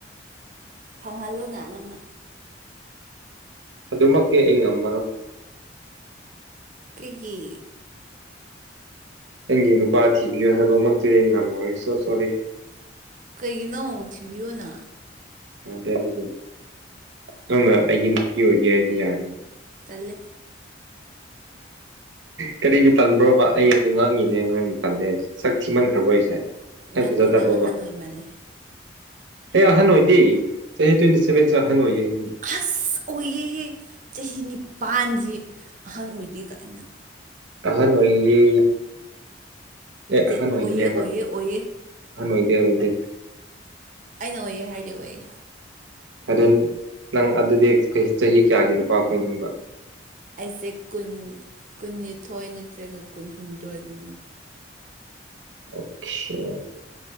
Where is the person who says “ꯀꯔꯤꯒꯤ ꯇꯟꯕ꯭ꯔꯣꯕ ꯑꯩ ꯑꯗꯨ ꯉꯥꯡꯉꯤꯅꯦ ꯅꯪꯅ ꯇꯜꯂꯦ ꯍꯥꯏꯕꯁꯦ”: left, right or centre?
Right